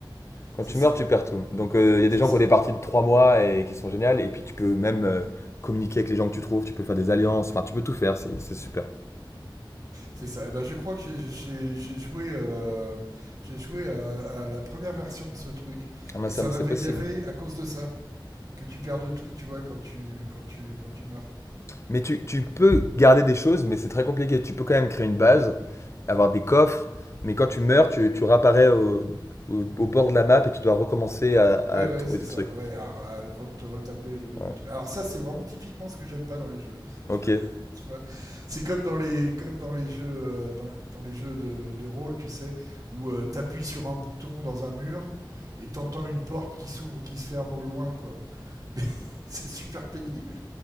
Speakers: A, on the left (about 35°); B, on the right (about 45°).
A: quand
B: C'est
A: tu
B: ça,
A: meurs tu perds tout donc euh, il euh, y a
B: c'est
A: des gens
B: ça,
A: qui ont des parties de 3 mois et qui sont géniales et puis tu peux même euh, communiquer avec les gens que tu trouves tu peux faire des alliances enfin tu peux tout faire c'est c'est super
B: c'est ça. Et ben, je crois que j'ai- j'ai j'ai joué, euh, j'ai joué à, à la première version de ce truc.
A: ah, mais
B: Et
A: ça,
B: ça m'avait
A: c'est possible
B: gavé à cause de ça. Que tu perds de tout, tu vois, quand tu, quand tu, quand tu meurs.
A: Mais tu, tu peux garder des choses, mais c'est très compliqué. Tu peux quand même créer une base, avoir des coffres, mais quand tu meurs, tu, tu réapparais au, au, au bord de la map et tu dois recommencer à, à
B: Ouais,
A: trouver
B: ouais, c'est
A: des
B: ça.
A: trucs.
B: Ouais, à, à re- te retaper le,
A: Ouais.
B: le truc. Alors ça, c'est vraiment typiquement ce que j'aime pas dans les jeux.
A: Ok.
B: Tu vois, c'est comme dans les comme dans les jeux euh, dans, dans les jeux de, de rôle, tu sais, où euh, t'appuies sur un bouton dans un mur et t'entends une porte qui s'ouvre ou qui se ferme au loin, quoi. <laughs> Mais c'est super pénible